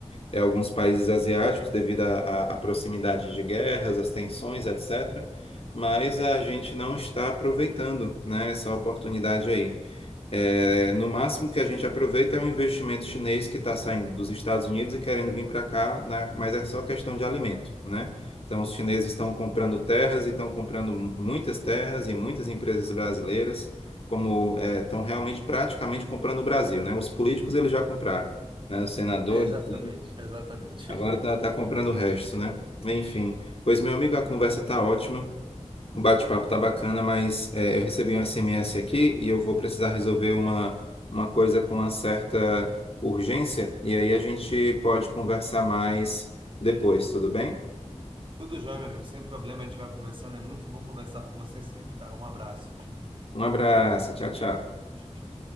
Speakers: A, on the left (about 55°); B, on the right (about 45°).
A: é, alguns países asiáticos devido à à- à proximidade de guerras, às tensões, etc. Mas a gente não está aproveitando, né, essa oportunidade aí. É, no máximo que a gente aproveita é um investimento chinês que está saindo dos Estados Unidos e querendo vir para cá, na- mas é só questão de alimento, né? Então, os chineses estão comprando terras e estão comprando muitas terras e muitas empresas brasileiras, como é, estão realmente praticamente comprando o Brasil, né? Os políticos eles já compraram, né? O senador
B: É, Exatamente,
A: ali,
B: exatamente.
A: agora
B: <laughs>
A: está comprando o resto, né? Enfim, pois meu amigo, a conversa está ótima, o bate-papo tá bacana, mas é, eu recebi um SMS aqui e eu vou precisar resolver uma, uma coisa com uma certa urgência. E aí a gente pode conversar mais depois, tudo bem?
B: Tudo jóia, meu amigo, sem problema, a gente vai conversando. É muito bom conversar com você sempre, tá? Um abraço.
A: Um abraço, tchau, tchau.
B: Tchau, tchau.